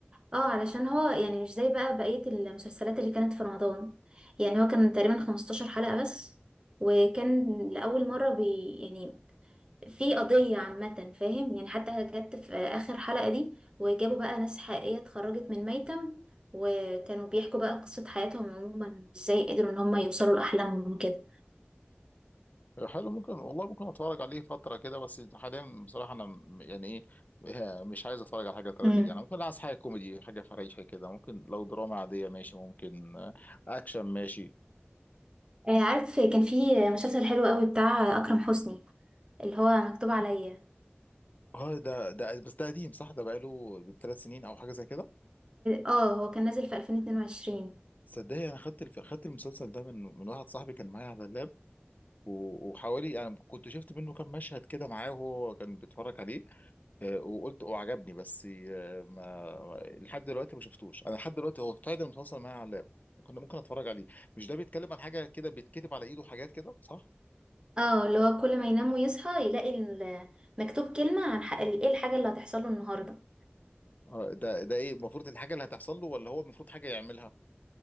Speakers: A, on the right; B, on the left.
A: اه علشان هو يعني مش زي بقى بقية المسلسلات اللي كانت في رمضان يعني هو كان تقريبا 15 حلقة بس وكان لأول مرة بي يعني في قضية عامة فاهم يعني حتى جت في آخر حلقة دي وجابوا بقى ناس حقيقية اتخرجت من ميتم وكانوا بيحكوا بقى قصة حياتهم عموما ازاي قدروا ان هم يوصلوا لأحلامهم وكده
B: حلو ممكن والله ممكن اتفرج عليه فترة كده بس حاليا بصراحة انا م- يعني ايه <laughs> آه، مش عايز اتفرج على حاجة تراجيدي
A: امم
B: يعني ممكن عايز حاجة كوميدي حاجة فريحة كده ممكن لو دراما عادية ماشي ممكن آه، اكشن ماشي
A: آه، عارف كان في مسلسل حلو قوي بتاع أكرم حسني اللي هو مكتوب عليا
B: اه ده ده بس ده قديم صح ده بقاله ثلاث سنين او حاجة زي كده
A: اه هو كان نازل في 2022
B: صدقني انا خدت الف... خدت المسلسل ده من من واحد صاحبي كان معايا على اللاب و- وحوالي يعني كنت شفت منه كام مشهد كده معاه وهو كان بيتفرج عليه آه، وقلت وعجبني بس آه، ما لحد دلوقتي ما شفتوش انا لحد دلوقتي هو تايدن متواصل معايا على اللاب ممكن ممكن اتفرج عليه مش ده بيتكلم عن حاجه كده بيتكتب على ايده حاجات كده صح
A: اه اللي هو كل ما ينام ويصحى يلاقي ال- مكتوب كلمة عن حق ايه الحاجة اللي هتحصل له النهاردة
B: آه، ده ده ايه المفروض الحاجه اللي هتحصل له ولا هو المفروض حاجه يعملها